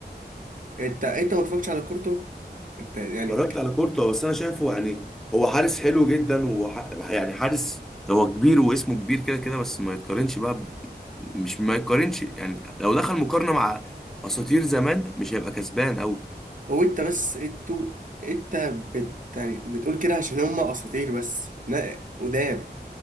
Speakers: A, on the right; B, in the centre.
A: انت انت ما اتفرجتش على كورتوا انت يعني
B: اتفرجت على كورتوا بس انا شايفه يعني هو حارس حلو جدا وح... يعني حارس هو كبير واسمه كبير كده كده بس ما يتقارنش بقى ب... مش ما يتقارنش يعني لو دخل مقارنه مع اساطير زمان مش هيبقى كسبان او
A: هو انت بس انتوا انت بت يعني بتقول كده عشان هم اساطير بس لا قدام